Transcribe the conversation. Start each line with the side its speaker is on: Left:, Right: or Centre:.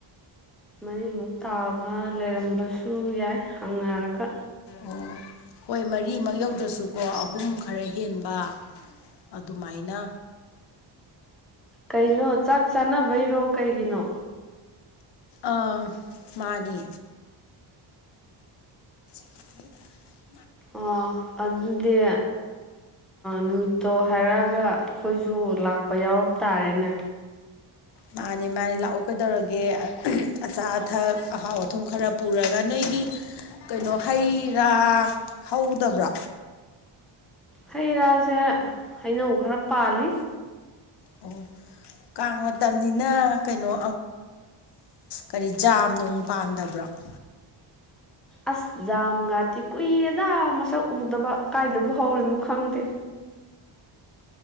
Centre: ꯃꯔꯤꯃꯨꯛ ꯇꯥꯕ ꯂꯩꯔꯝꯕꯁꯨ ꯌꯥꯏ ꯍꯪꯅꯔꯒ
Left: ꯑꯣ ꯍꯣꯏ ꯃꯔꯤꯃꯛ ꯌꯧꯗ꯭ꯔꯁꯨꯀꯣ ꯑꯍꯨꯝ ꯈꯔ ꯍꯦꯟꯕ ꯑꯗꯨꯃꯥꯏꯅ
Centre: ꯀꯩꯅꯣ ꯆꯥꯛ ꯆꯥꯅꯕꯩꯔꯣ ꯀꯩꯒꯤꯅꯣ
Left: ꯑꯥ ꯃꯥꯅꯤ <inaudible>
Centre: ꯑꯣ ꯑꯗꯨꯗꯤ ꯅꯨꯃꯤꯠꯇꯣ ꯍꯥꯏꯔꯛꯑꯒ ꯑꯩꯈꯣꯏꯁꯨ ꯂꯥꯛꯄ ꯌꯥꯎꯔ ꯇꯥꯔꯦꯅꯦ
Left: ꯃꯥꯅꯦ ꯃꯥꯅꯦ ꯂꯥꯛꯑꯣ ꯀꯩꯗꯧꯔꯒꯦ ꯑꯆꯥ ꯑꯊꯛ ꯑꯍꯥꯎ ꯑꯊꯨꯝ ꯈꯔ ꯄꯨꯔꯒ ꯑꯩꯒꯤ ꯀꯩꯅꯣ ꯍꯩ ꯔꯥ ꯍꯧꯗꯕ꯭ꯔꯥ
Centre: ꯍꯩ ꯔꯥꯁꯦ ꯍꯩꯅꯧ ꯈꯔ ꯄꯥꯜꯂꯤ
Left: ꯑꯣ ꯀꯥꯡ ꯃꯇꯝꯅꯤꯅ ꯀꯩꯅꯣ ꯀꯔꯤ ꯖꯥꯝ ꯅꯨꯡ ꯄꯥꯟꯗꯕ꯭ꯔꯣ <inaudible>
Centre: ꯑꯁ ꯥꯝ ꯒꯥꯇꯤ ꯀꯨꯏꯔꯦꯗ ꯃꯁꯛ ꯎꯗꯕ ꯀꯥꯏꯗꯕꯨ ꯍꯧꯔꯤꯅꯣ ꯈꯪꯗꯦ